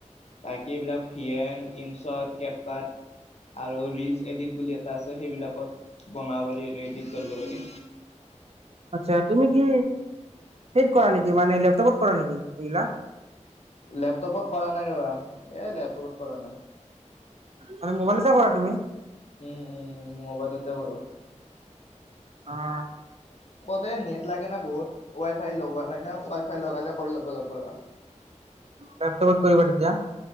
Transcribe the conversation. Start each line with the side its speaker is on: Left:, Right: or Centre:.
Left: বাকি এইবিলাক ফিয়েন, ইনঞ্চত, কেপ -কাট আৰু ৰিলচ এডিট বুলি এটা আছে। সেইবিলাকত বনাৱ যদি এইটো এডিত কৰিব পাৰি।
Right: আচ্ছা, তুমি কি সেইত কৰা নেকি? মানে, লেপ্‌টপত কৰা নেকি, সেইবিলা
Left: লেপ্‌টপত কৰা নাই ৰ'বা, এ লেপ্‌টপত কৰা নাই।
Right: মানে, মোবাইলতে কৰা তুমি?
Left: উম, উম মোবাইলতে কৰো।
Right: অ
Left: তে নেট লাগে ন বহুত ৱাই ফাই লগোৱা নাই না ৱাই ফাই লগালে কৰ ল'ব লাগিব ৰবা
Right: ব্যপ্ত কত কৰিবা তেতিয়া।